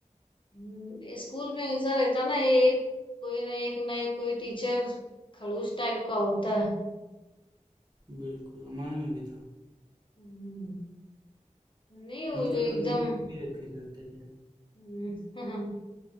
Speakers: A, on the left; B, on the right.
A: हम्म, स्कूल में ऐसा रहता ना एक कोई ना एक ना एक कोई टीचर खड़ूस टाइप का होता है
B: बिल्कुल हमारे में भी था
A: हम्म, नहीं वो
B: उनके
A: जो एकदम
B: तो निक नेम भी रखे जाते थे
A: हम्म, <laughs>